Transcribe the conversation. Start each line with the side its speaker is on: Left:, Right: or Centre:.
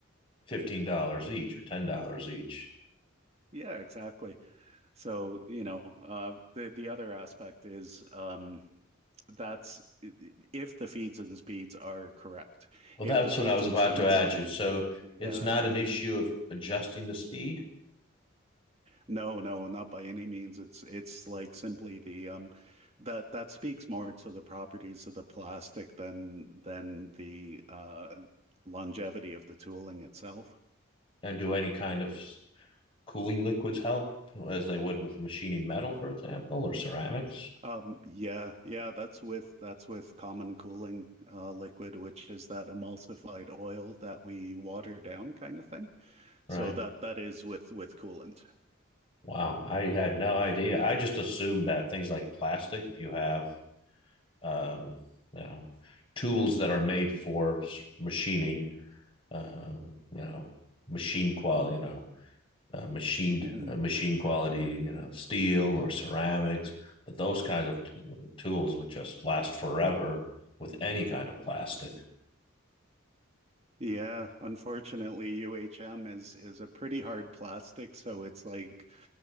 Left: $15 each or $10 each.
Right: Yeah, exactly. So, you know, uh, the the other aspect is um, that's if the feeds and speeds are correct.
Left: Well,
Right: If
Left: that's
Right: the feeds
Left: what I was
Right: and
Left: about
Right: speeds
Left: to add
Right: on
Left: you.
Right: them,
Left: So
Right: yeah,
Left: it's not an issue of adjusting the speed
Right: no, no, not by any means. It's it's like simply the um, that that speaks more to the properties of the plastic than than the uh, longevity of the tooling itself.
Left: and do any kind of cooling liquids help as they would with machining metal, for example, or ceramics,
Right: Um, Yeah, yeah, that's with that's with common cooling uh, liquid, which is that emulsified oil that we water down kind of thing.
Left: right?
Right: So that that is with with coolant.
Left: Wow, I had no idea. I just assumed that things like plastic, if you have, um, you know, tools that are made for machining, um, you know, machine quality, you know, uh, machined
Right: hmm
Left: uh, machine quality, you know, steel or ceramics. But those kinds of t- tools would just last forever with any kind of plastic.
Right: Yeah, unfortunately, UHM is is a pretty hard plastic, so it's like